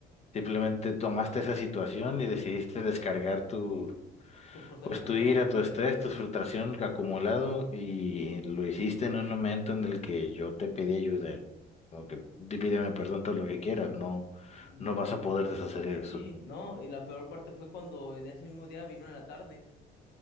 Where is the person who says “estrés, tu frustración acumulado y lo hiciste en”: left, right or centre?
Left